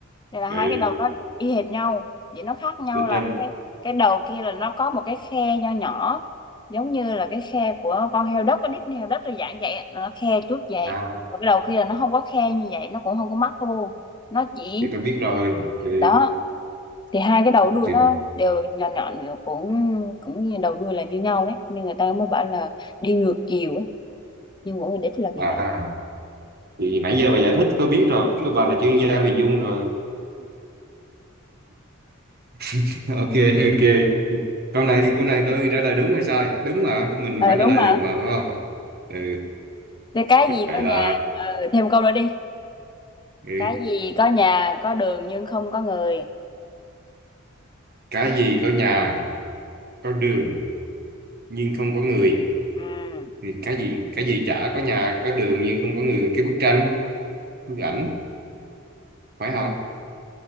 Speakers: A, on the left (about 20°); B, on the right (about 50°).
A: thì là hai
B: ê,
A: cái đầu nó y hệt nhau chỉ nó khác nhau
B: tính
A: là
B: ra
A: cái cái đầu kia là nó có một cái khe nho nhỏ giống như là cái khe của con heo đất cái đít heo đất là dạng vậy á, nó khe chút vậy
B: à
A: và cái đầu kia là nó không có khe như vậy nó cũng không có mắt luôn nó chỉ
B: thì tôi biết rồi thì,
A: đó thì hai cái đầu đuôi
B: thì
A: nó đều nhọn nhọn đều cũng cũng như đầu đuôi là như nhau đấy nên người ta mới bảo là đi ngược chiều á nhưng mỗi người đích là
B: à
A: vì vậy
B: thì nãy giờ bà giải thích tôi biết rồi biết bà là chuyên gia về dung rồi <laughs> ok ok câu này thì câu này tôi trả lời đúng hay sai đúng mà mình
A: ờ
B: vẫn
A: đúng
B: trả lời
A: mà
B: được mà phải không ừ
A: thế cái
B: vậy
A: gì có nhà
B: là
A: ờ, thêm câu nữa đi
B: ừ.
A: cái gì có nhà có đường nhưng không có người
B: cái gì có nhà có đường nhưng không có người
A: ừ.
B: thì cái gì cái gì chả có nhà có đường nhưng không có người cái bức tranh bức ảnh phải không